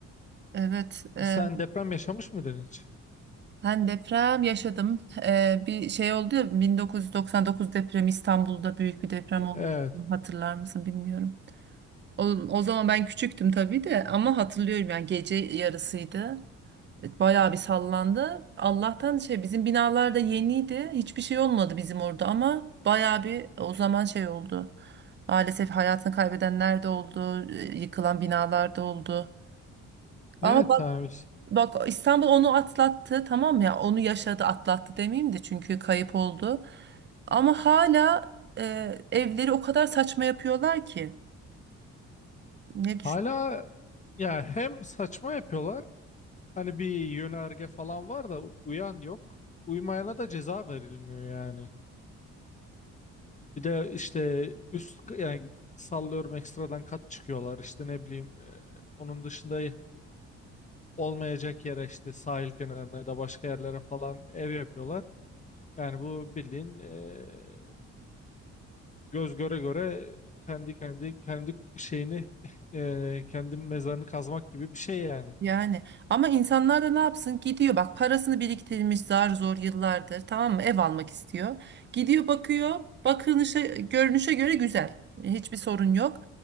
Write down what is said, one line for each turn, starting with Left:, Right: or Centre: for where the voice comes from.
Right: Evet, e,
Left: E Sen deprem yaşamış mıydın hiç?
Right: ben deprem yaşadım. E, bir şey oldu ya 1999 depremi İstanbul'da büyük bir deprem
Left: E-
Right: olmuştu.
Left: Evet.
Right: Hatırlar mısın bilmiyorum. O, o zaman ben küçüktüm tabii de ama hatırlıyorum yani gece yarısıydı. Bayağı bir sallandı. Allah'tan şey bizim binalar da yeniydi. Hiçbir şey olmadı bizim orada ama bayağı bir o zaman şey oldu. Maalesef hayatını kaybedenler de oldu, e, yıkılan binalar da oldu.
Left: Evet
Right: Ama bak
Left: abi. işte.
Right: bak İstanbul onu atlattı tamam mı ya onu yaşadı atlattı demeyeyim de çünkü kayıp oldu. Ama hala e, evleri o kadar saçma yapıyorlar ki. Ne
Left: Hala ya hem saçma yapıyorlar. Hani bir yönerge falan var da uyan yok. Uymayana da ceza verilmiyor yani. Bir de işte üst yani sallıyorum ekstradan kat çıkıyorlar. İşte ne bileyim e, onun dışında olmayacak yere işte sahil kenarına ya da başka yerlere falan ev yapıyorlar. Yani bu bildiğin e, göz göre göre kendi kendi kendi şeyini <laughs> e, kendi mezarını kazmak gibi bir şey yani.
Right: Yani ama insanlar da ne yapsın gidiyor bak parasını biriktirmiş zar zor yıllardır tamam mı ev almak istiyor. Gidiyor bakıyor bakınışa görünüşe göre güzel hiçbir sorun yok.